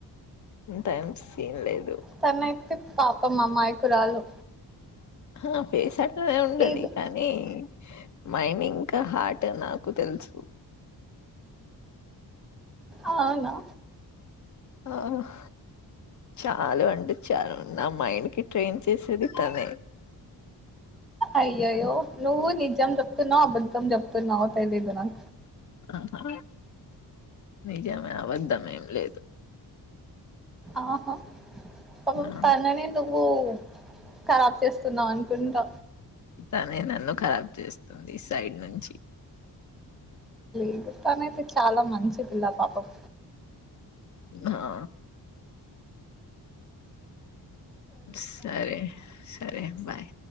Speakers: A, on the left (about 50°); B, in the centre.
A: ఇంత ఏం సీన్ లేదు
B: తన అయితే పాపం అమాయకురాలు
A: ఆ పేస్ అట్నే ఉండది
B: ఏదో
A: కానీ మైని ఇంకా హార్ట్ నాకు తెలుసు
B: అవునా
A: ఓహ్ చాలు అంటే చాలు నా మైండ్ కి ట్రైన్ చేసేది తనే
B: అయ్యయ్యో నువ్వు నిజం చెప్తున్నావు అబద్ధం చెప్తున్నావు తెలిదు నాకు
A: ఆహా నిజమే అపద్దమేం లేదు
B: ఆహా పాపం
A: ఆ
B: తనని నువ్వు కరాబ్ చేస్తున్నావు అనుకుంటా
A: తనే నన్ను ఖరాబ్ చేస్తుంది సైడ్ నుంచి
B: పిగిస్తాన్ అయితే చాలా మంచి పిల్ల పాపం
A: ఆ సరే సరే బాయ్